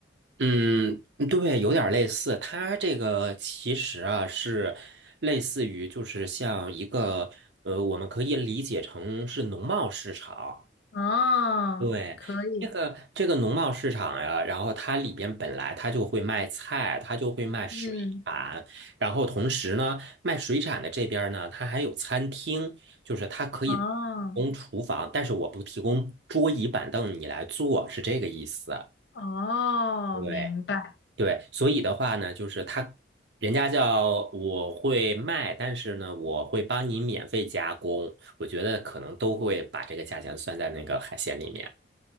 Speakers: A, on the right; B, on the left.
A: 嗯，对，有点儿类似。它这个其实啊是类似于，就是像一个呃，我们可以理解成是农贸市场。
B: 啊，
A: 对，
B: 可以。
A: 这个这个农贸市场呀，然后它里边本来它就会卖菜，它就会卖水产，
B: 嗯，
A: 然后同时呢，卖水产的这边儿呢，它还有餐厅，就是它可以提供厨房，
B: 哦，
A: 但是我不提供桌椅板凳，你来坐，是这个意思。
B: 哦，
A: 对。
B: 明白。
A: 对，所以的话呢，就是他，人家叫我会卖，但是呢，我会帮你免费加工。我觉得可能都会把这个价钱算在那个海鲜里面。